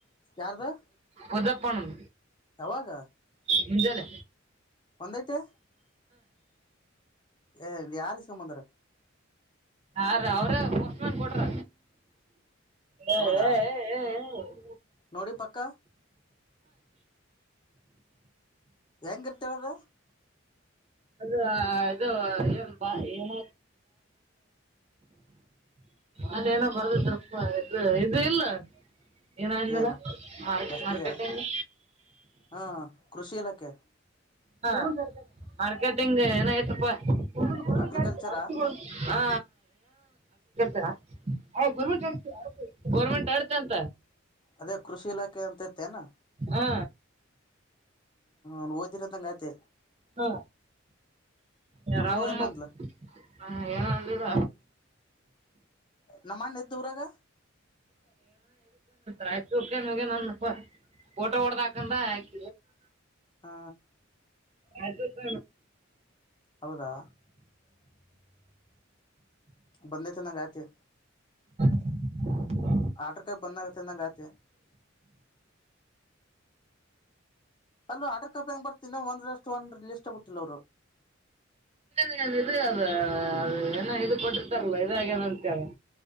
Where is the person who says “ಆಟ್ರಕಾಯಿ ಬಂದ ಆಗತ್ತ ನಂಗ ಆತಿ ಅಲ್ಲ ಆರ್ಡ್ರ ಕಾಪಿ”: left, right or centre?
Left